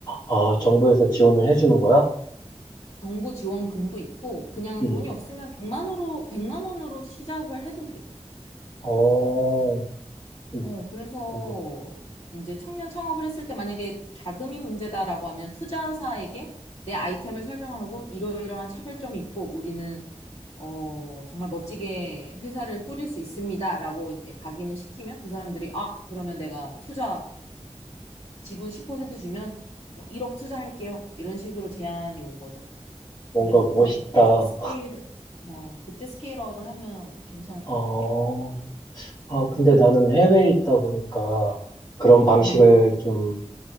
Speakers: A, on the left; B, on the left.
A: 아, 정부에서 지원을 해주는 거야?
B: 정부 지원금도 있고 그냥
A: 응.
B: 돈이 없으면 100만 원으로 백만 원으로 시작을 해도 돼.
A: 어, 음,
B: 어, 그래서
A: 뭔가,
B: 이제 청년 창업을 했을 때 만약에 자금이 문제다라고 하면 투자사에게 내 아이템을 설명을 하고 이러이러한 차별점이 있고 우리는 어, 정말 멋지게 회사를 꾸릴 수 있습니다라고 이제 각인을 시키면 그 사람들이 아, 그러면 내가 투자 지분 10% 주면 뭐 1억 투자할게요. 이런 식으로 제안이 오거든.
A: 뭔가
B: 그래서
A: 멋있다.
B: 그때 좀 스케일을, 어, 그때 스케일업을 하면 괜찮을
A: 어,
B: 것 같아.
A: 아,
B: 음,
A: 근데 나는 해외에 있다 보니까 그런 방식을
B: 음,
A: 좀